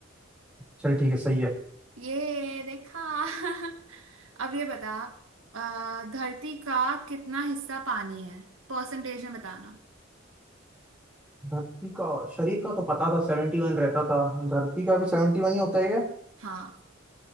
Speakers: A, in the centre; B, on the right (about 85°).
A: चल ठीक है सही है
B: ये देखा <laughs> अब ये बता अ, धरती का कितना हिस्सा पानी है परसेंटेज में बताना
A: धरती का शरीर का तो पता था 71 रहता था धरती का भी 71 ही होता है क्या
B: हाँ